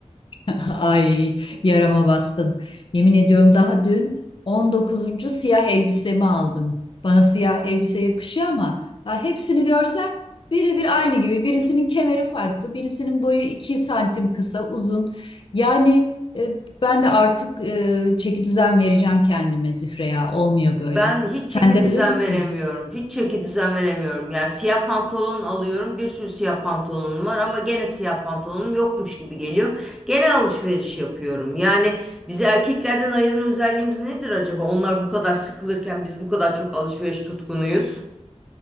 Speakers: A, on the left; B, in the centre.
A: <laughs> Ay yarama bastın. Yemin ediyorum daha dün on dokuzuncu siyah elbisemi aldım. Bana siyah elbise yakışıyor ama ya hepsini görsem birebir aynı gibi. Birisinin kemeri farklı, birisinin boyu 2 santim kısa, uzun. Yani e, ben de artık e, çeki düzen vereceğim kendime Zühreya. Olmuyor böyle.
B: Ben hiç
A: Sen
B: çeki
A: de
B: düzen
A: öyle misin?
B: veremiyorum. Hiç çeki düzen veremiyorum. Yani siyah pantolon alıyorum. Bir sürü siyah pantolonum var ama gene siyah pantolonum yokmuş gibi geliyor. Gene alışveriş yapıyorum. Yani bizi erkeklerden ayıran özelliğimiz nedir acaba? Onlar bu kadar sıkılırken biz bu kadar çok alışveriş tutkunuyuz.